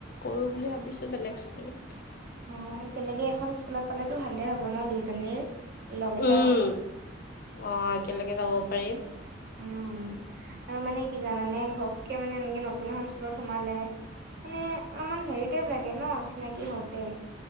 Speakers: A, on the left (about 50°); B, on the right (about 55°).
A: কৰো বুলি ভাবিছো বেলেগ স্কুলত।
B: হ, কেনেকে এখন স্কুলত পালেতো ভাল হ' দু, এ,
A: উম
B: হ।
A: অঁ একেলগে যাব পাৰিম।
B: উম। আৰু মানে কি জানানে ঘৰতকে মানে এনেকে নতুন এখন স্কুলত সোমালে। মানে অলপমান হেৰিটপ লাগে ন, চিনাকি হতে